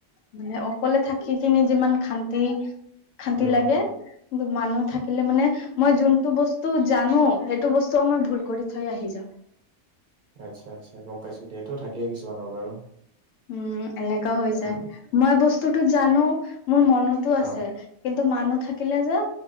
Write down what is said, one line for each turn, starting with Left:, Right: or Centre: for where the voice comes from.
Left: মানে অকলে থাকি কিনে যিমান খান্তি খান্তি
Right: উম,
Left: লাগে
Right: উম,
Left: মানুহ থাকিলে মানে মই যোনটো বস্তু জানো সেইটো বস্তুও মই ভুল কৰি থাক থৈ আহি যাওঁ।
Right: আচ্ছা আচ্ছা গম পাইছো দিয়েতো থাকেইেকিছুমানৰ বাৰু
Left: উম এনেকাও হৈ
Right: উম,
Left: যায় মই বস্তুতটো জানো মোৰ মনতো
Right: অ',
Left: আছে কিন্তু ত মানুহ থাকিলে যে